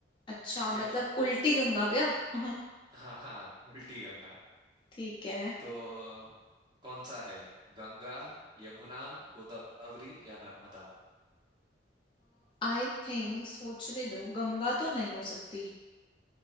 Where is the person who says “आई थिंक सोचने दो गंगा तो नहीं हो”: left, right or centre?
Left